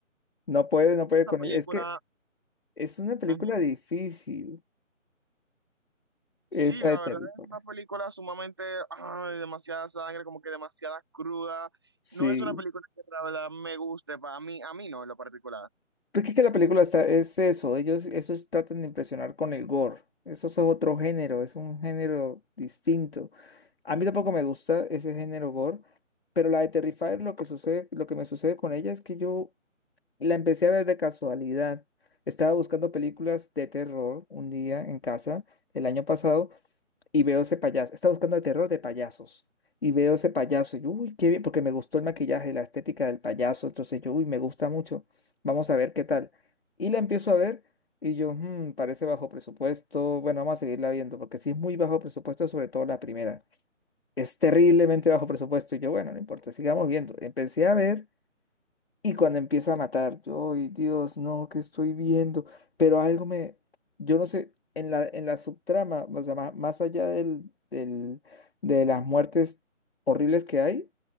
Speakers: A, on the left; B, on the right.
A: No puede, no puede
B: Esa
A: con
B: película,
A: ella. Es que es una película
B: ujú.
A: difícil, esa
B: Sí, la
A: de Terrifier.
B: verdad es una película sumamente, ay, demasiada sangre, como que demasiada cruda.
A: Sí.
B: No es una película que la verdad me guste, para mí, a mí no en lo particular.
A: Porque es que la película está, es eso, ellos esos tratan de impresionar con el gore. Eso es otro género, es un género distinto. A mí tampoco me gusta ese género gore, pero la de Terrifier lo que sucede, lo que me sucede con ella es que yo la empecé a ver de casualidad. Estaba buscando películas de terror un día en casa el año pasado y veo ese payaso, está buscando el terror de payasos. Y veo ese payaso y, uy, qué bien, porque me gustó el maquillaje, la estética del payaso. Entonces yo, uy, me gusta mucho. Vamos a ver qué tal. Y la empiezo a ver y yo, "Hmm, parece bajo presupuesto. Bueno, vamos a seguirla viendo, porque sí es muy bajo presupuesto, sobre todo la primera. Es terriblemente bajo presupuesto. Y yo, bueno, no importa, sigamos viendo. Empecé a ver y cuando empieza a matar, yo, ay, Dios, no, ¿qué estoy viendo? Pero algo me, yo no sé, en la, en la subtrama, o sea, ma- más, allá del, del- de las muertes horribles que hay,